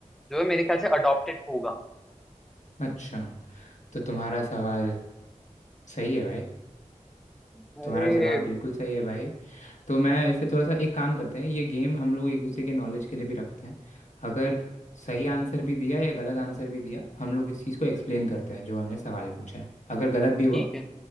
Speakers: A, in the centre; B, on the left.
A: जो है मेरे ख्याल से अडॉप्टेड होगा
B: अच्छा तो तुम्हारा सवाल सही है भाई
A: अरे
B: तुम्हारा जवाब बिल्कुल सही है भाई तो मैं इसे थोड़ा सा एक काम करते हैं ये गेम हम लोग एक दूसरे के नॉलेज के लिए भी रखते हैं अगर सही आंसर भी दिया या गलत आंसर भी दिया हम लोग इस चीज़ को एक्सप्लेन करते हैं जो हमने सवाल पूछा है अगर गलत भी हुआ
A: ठीक है